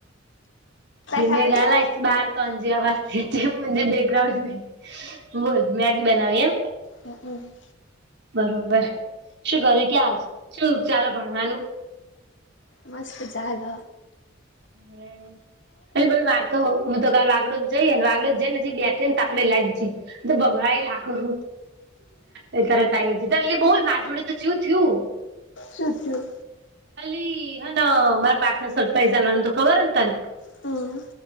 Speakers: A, on the right; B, on the left.
A: જે
B: ખાવી
A: મે ગશ બાર ત વા બેકગ્રાઉન્ડ બોલ મેગી બનાવી એમ.
B: હમ હમ
A: બરોબર શું ઘર ક્યાજ શું ચાલો ભણવાનું.
B: મસ્ત જદ
A: હ અને બોલ વારતો હોવ. હું તો કાાલ વાગડો જ જઈ ને વાગડો જઈને હજી બેઠી ને તાકડે લાવ જઈ તો ભમળ લાગો. એ ત્યારે ત છે ત એ બોલ મારા જોડે તો શયું થયું.
B: શું થયું
A: અલી હ ના મારા પાર્ટનર સરપ્રાઈઝાલ ખબર તને
B: હમ